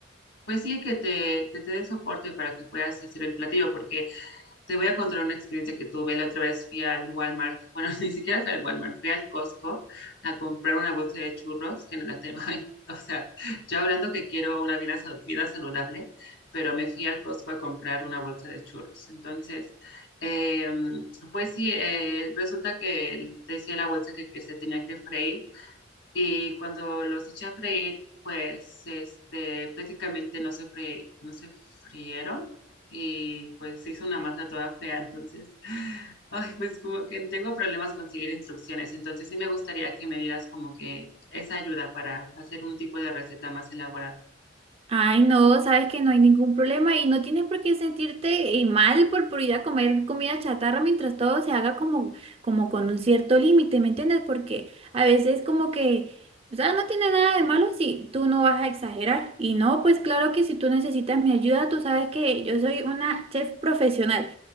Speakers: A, on the left; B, on the right.
A: pues sí, que te, que te dé soporte para que puedas hacer el platillo, porque te voy a contar una experiencia que tuve. La otra vez fui al Walmart, bueno, <laughs> ni siquiera fui al Walmart, fui al Costco a comprar una bolsa de churros, que no la tengo ahí. <laughs> O sea, yo hablando que quiero una vida, sa- vida saludable, pero me fui al Costco a comprar una bolsa de churros. Entonces, eh, pues sí, eh, resulta que decía la bolsa que, que se tenían que freír y cuando los eché a freír, pues este, prácticamente no se fre- no se frieron y pues se hizo una masa toda fea, entonces, <laughs> ay, pues como que tengo problemas con seguir instrucciones, entonces sí me gustaría que me dieras como que esa ayuda para hacer un tipo de receta más elaborada.
B: Ay, no, sabes que no hay ningún problema y no tienes por qué sentirte eh, mal por, por ir a comer comida chatarra mientras todo se haga como, como con un cierto límite, ¿me entiendes? Porque a veces como que, o sea, no tiene nada de malo si tú no vas a exagerar. Y no, pues claro que si tú necesitas mi ayuda, tú sabes que yo soy una chef profesional